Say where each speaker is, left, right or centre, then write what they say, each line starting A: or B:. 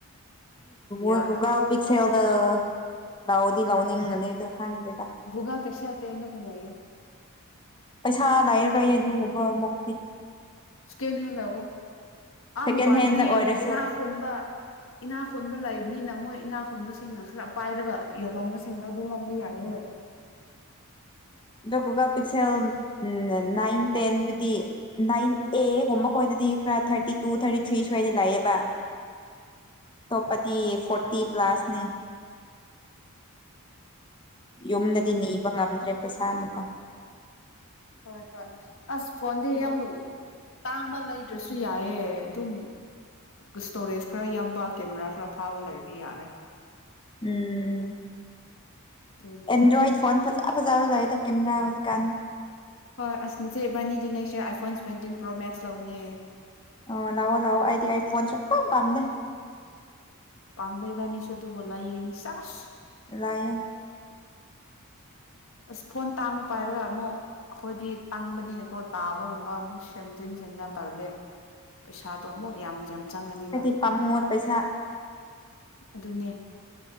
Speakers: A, on the left; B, on the left.
A: ꯌꯥ
B: ꯑꯗꯨꯒ ꯄꯤꯁ ꯌꯥꯎꯗ ꯂꯥꯎꯗꯤ ꯂꯧꯅꯤꯡꯒꯅꯤ ꯑꯗꯨ ꯍꯪꯗꯦ
A: ꯒꯨꯒꯥꯜ ꯄꯤꯛꯁꯦꯜ ꯇꯦꯟꯅꯗꯨ ꯐꯖꯩꯌꯦ
B: ꯄꯩꯁꯥ ꯂꯥꯏꯔꯔꯣꯏ ꯑꯗꯨꯒꯨꯝꯕ ꯃꯨꯛꯇꯤ
A: ꯁꯀꯦꯟ ꯍꯂꯑꯣ ꯑꯥ
B: ꯁꯦꯀꯦꯟ
A: ꯃꯄꯥꯟꯗꯗꯤ
B: ꯍꯦꯟꯗ ꯑꯣꯏꯔꯁꯨ
A: ꯏꯅꯥ ꯈꯣꯟꯕ ꯏꯅꯥ ꯈꯣꯟꯕ ꯂꯥꯏꯛ ꯅꯤꯅ ꯃꯣꯏ ꯏꯅꯥ ꯈꯨꯟꯕꯁꯤꯡꯅ ꯈꯔ ꯄꯥꯏꯔꯒ ꯌꯦꯜꯂꯣꯝꯕꯁꯤꯡꯗꯣ ꯑꯗꯨꯝ ꯂꯧꯕ ꯌꯥꯏꯌꯦ
B: ꯑꯗ ꯒꯨꯒꯜ ꯄꯤꯛꯁꯦꯜ ꯅꯥꯏꯟ ꯇꯦꯟꯗꯨꯗꯤ ꯅꯥꯏꯟ ꯑꯦꯒꯨꯝꯕ ꯈꯣꯏꯗꯗꯤ ꯈꯔ ꯊꯥꯔꯇꯤ ꯇꯨ ꯊꯥꯔꯇꯤ ꯊ꯭ꯔꯤ ꯁ꯭ꯋꯥꯏꯗ ꯂꯥꯛꯑꯦꯕ ꯑꯇꯣꯞꯄꯗꯤ ꯐꯣꯔꯇꯤ ꯄ꯭ꯂꯥꯁꯅꯤ ꯌꯨꯝꯗꯗꯤ ꯅꯤꯕ ꯉꯝꯗ꯭ꯔꯦ ꯄꯩꯁꯥ ꯑꯃꯨꯛꯀ
A: ꯍꯣꯏ ꯍꯣꯏ ꯑꯁ ꯐꯣꯟꯗꯤ ꯌꯥꯝ ꯇꯥꯡꯕ ꯂꯩꯗ꯭ꯔꯁꯨ ꯌꯥꯏꯑꯦ ꯑꯗꯨꯝ ꯏꯁꯇꯣꯔꯦꯖ ꯈꯔ ꯌꯥꯝꯕ ꯀꯦꯃꯦꯔꯥ ꯈꯔ ꯐꯥꯕ ꯂꯩꯔꯗꯤ ꯌꯥꯔꯦ
B: ꯎꯝ
A: ꯑꯗꯨꯅꯦ
B: ꯑꯦꯟꯗ꯭ꯔꯣꯏꯠ ꯐꯣꯟ ꯐ ꯥ ꯐꯖꯥ ꯐꯖꯕ ꯂꯩ ꯑꯥ ꯍꯧꯖꯤꯛ ꯀꯥꯟ
A: ꯍꯣꯏ ꯑꯁ ꯅꯆꯦ ꯏꯕꯥꯅꯤꯗꯤ ꯅꯦꯛꯁꯦ ꯑꯥꯏꯐꯣꯟ ꯁꯚꯦꯟꯇꯤꯟ ꯄ꯭ꯔꯣ ꯃꯦꯛꯁ ꯂꯧꯅꯦ
B: ꯑꯣ ꯂꯥꯛꯑꯣ ꯂꯥꯛꯑꯣ ꯑꯩꯗꯤ ꯑꯥꯏꯐꯣꯟ ꯁꯄꯝ ꯄꯥꯝꯗꯦ
A: ꯄꯝꯗꯩꯕꯅꯤ ꯁꯨꯗꯨ ꯂꯩꯏꯒꯅꯤ ꯆꯁ
B: ꯂꯥꯏꯌꯣ
A: ꯑꯁ ꯐꯣꯟ ꯇꯥꯡꯕ ꯄꯥꯏꯔꯒ ꯑꯃꯨꯛ ꯑꯩꯈꯣꯏꯗꯤ ꯇꯪꯕꯅꯤꯅꯀꯣ ꯇꯥꯕꯒꯨꯝꯕ ꯑꯃꯨꯛ ꯁꯦꯝꯖꯤꯟ ꯁꯦꯝꯖꯤꯟ ꯇꯧꯔꯒꯦ ꯄꯩꯁꯥꯗꯣ ꯑꯃꯨꯛ ꯌꯥꯝ ꯌꯥꯝ ꯆꯪꯒꯅꯤꯕ
B: ꯍꯥꯏꯗꯤ ꯄꯥꯝꯃꯨꯕ ꯄꯩꯁꯥ
A: ꯑꯗꯨꯅꯦ